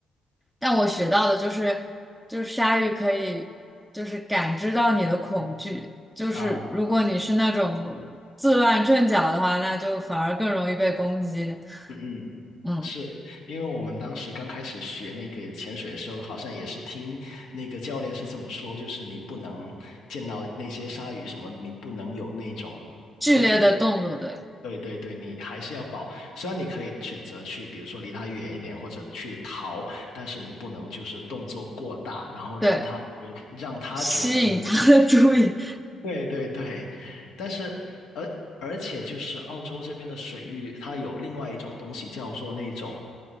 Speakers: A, in the centre; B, on the left.
A: 但我学到的就是，就是鲨鱼可以就是感知到你的恐惧，就是如果你是那种自乱阵脚的话，
B: 啊，
A: 那就反而更容易被攻击。
B: 嗯嗯。
A: 嗯，
B: 是因为我们当时刚开始学那个潜水的时候，好像也是听那个教练是这么说，就是你不能见到那些鲨鱼什么，你不能有那种特别。
A: 剧烈的动作，对
B: 对对对，你还是要保。虽然你可以选择去，比如说离他远一点，或者去逃，但是你不能就是动作过大，然后让他觉让他觉得你。
A: 对，吸引他的注意。
B: 对对对，但是而而且就是澳洲这边的水域，它有另外一种东西叫做那种，